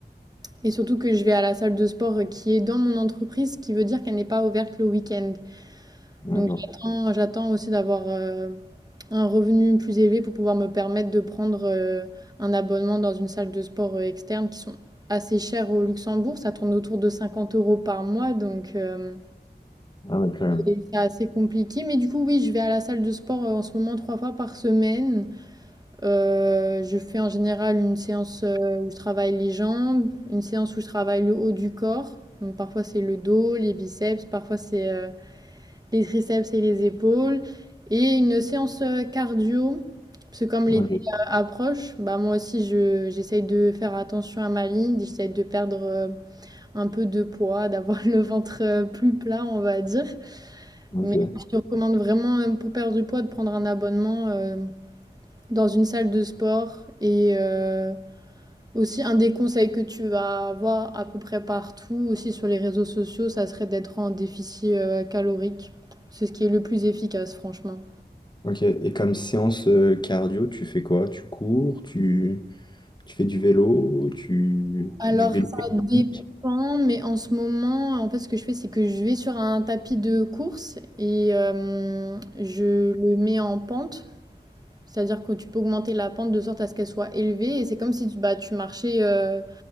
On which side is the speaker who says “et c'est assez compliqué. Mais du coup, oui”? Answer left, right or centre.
Right